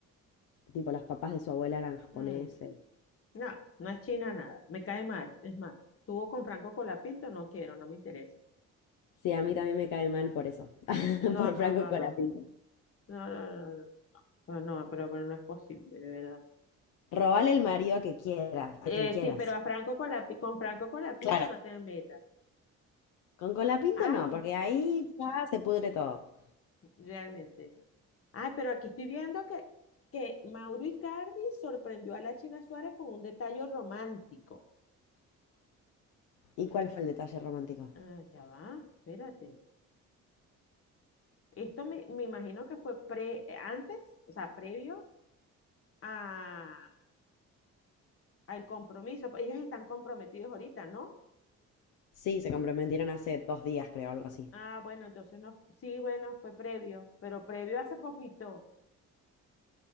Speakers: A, on the left; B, on the left.
A: tipo los papás de su abuela eran japoneses.
B: Mm, no, no es China nada. Me cae mal. Es más, tuvo con Franco Colapinto, no quiero, no me interesa.
A: Sí, a mí también me cae mal por eso, <laughs>
B: No,
A: por
B: no,
A: Franco
B: no,
A: Colapinto.
B: no. No, no, no, no, no, no, pero, pero no es posible, de verdad.
A: Robale el marido que quieras, a
B: Eh,
A: quien quieras.
B: sí, pero a Franco Colapi- con Franco Colapinto
A: Claro.
B: no te metas.
A: Con Colapinto
B: Ay,
A: no, porque ahí ya se pudre todo.
B: realmente. Ay, pero aquí estoy viendo que, que Mauro Icardi sorprendió a la China Suárez con un detalle romántico.
A: ¿Y cuál fue el detalle romántico?
B: Ah, ya va, espérate. Esto me, me imagino que fue pre, antes, o sea, previo a, al compromiso. Ellos están comprometidos ahorita, ¿no?
A: Sí, se comprometieron hace dos días, creo, algo así.
B: Ah, bueno, entonces no, sí, bueno, fue previo, pero previo hace poquito.